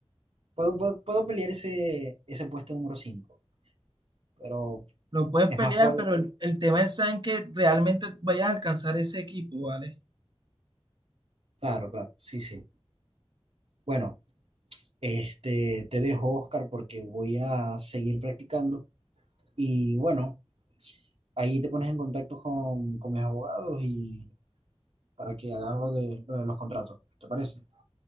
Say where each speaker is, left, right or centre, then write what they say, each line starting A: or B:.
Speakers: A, on the right; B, on the right.
A: Puedo, puedo, puedo pelear ese, ese puesto número cinco pero
B: Lo puedes
A: es
B: pelear,
A: más probable
B: pero
A: que...
B: el, el tema es en que realmente vayas a alcanzar ese equipo, ¿vale?
A: Claro, claro, sí, sí. Bueno, este, te dejo, Oscar, porque voy a seguir practicando. Y bueno, Ahí te pones en contacto con, con mis abogados y para que hagan lo de, lo de los contratos. ¿Te parece?